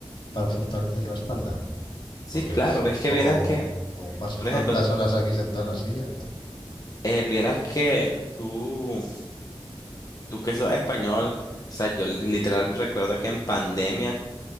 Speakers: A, on the left; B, on the left.
A: para fortalecer la espalda?
B: Sí,
A: Porque
B: claro,
A: pf,
B: ves que
A: como,
B: vieras que,
A: como paso
B: por
A: tantas
B: ejemplo,
A: horas aquí sentado en la silla.
B: eh, vieras que tú, tú que sos español, o sea, yo li- literal recuerdo que en pandemia.